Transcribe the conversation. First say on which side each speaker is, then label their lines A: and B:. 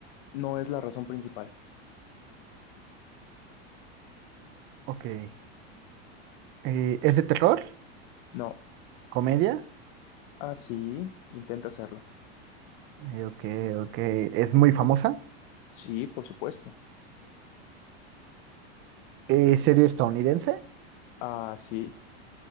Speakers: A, on the left; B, on the right.
A: no es la razón principal.
B: Ok. Eh, ¿es de terror?
A: No.
B: ¿Comedia?
A: Ah, sí, intenta hacerlo.
B: Eh, ok, ok. ¿Es muy famosa?
A: Sí, por supuesto.
B: Eh, ¿serie estadounidense?
A: Ah, sí.